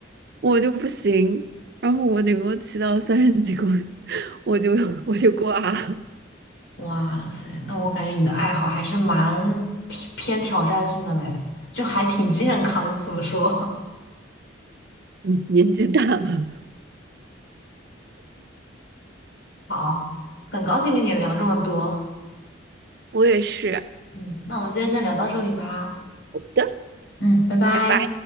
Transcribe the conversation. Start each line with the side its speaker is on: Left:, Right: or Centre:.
Right: 我就不行，然后我顶多骑到三十几公里，<laughs> 我就我就挂了，
Left: 哇塞，那我感觉你的爱好还是蛮挺偏挑战性的嘞，就还挺健康，怎么说？
Right: 嗯，年纪大了。
Left: <laughs> 好，很高兴跟你聊这么多。
Right: 我也是。
Left: 嗯，那我们今天先聊到这里吧。
Right: 好的，
Left: 嗯，拜拜。
Right: 拜拜。